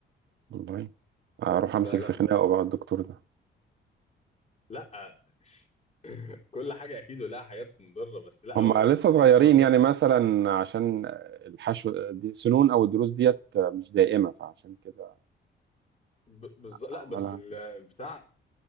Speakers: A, on the right; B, on the left.
A: والله أروح أمسك
B: فلما
A: في خناقه بقى الدكتور ده
B: لا <clears throat> <laughs> كل حاجة أكيد ولها حاجات مضرة بس لا
A: هما
B: هو الموضوع
A: لسه صغيرين
B: ده
A: يعني مثلا عشان الحشو دي سنون أو الضروس ديت مش دائمة فعشان كده
B: ب- بز... لا
A: أعملها
B: بس ال...
A: كده
B: بتاع